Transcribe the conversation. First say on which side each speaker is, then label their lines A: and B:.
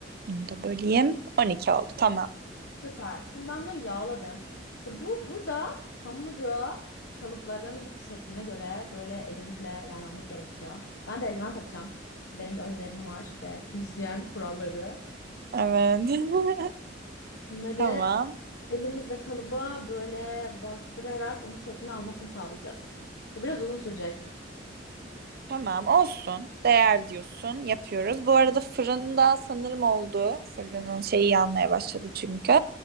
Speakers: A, on the right; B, on the left.
A: Bunu da böleyim. 12 oldu. Tamam.
B: Süper. Şimdi ben bunları yağladım. İşte bu burada hamuru kalıpların şekline göre böyle elimizle yaymamız gerekiyor. Ben de eldiven takacağım. Çünkü benim de öğrelerim var ve hijyen kuralları.
A: Evet. <laughs>
B: Bunları
A: Tamam.
B: elimizle kalıba böyle bastırarak onun şeklini almasını sağlayacağız. Bu biraz uzun sürecek.
A: Tamam olsun. Değer diyorsun. Yapıyoruz. Bu arada fırında sanırım oldu. Fırının şeyi yanmaya başladı çünkü.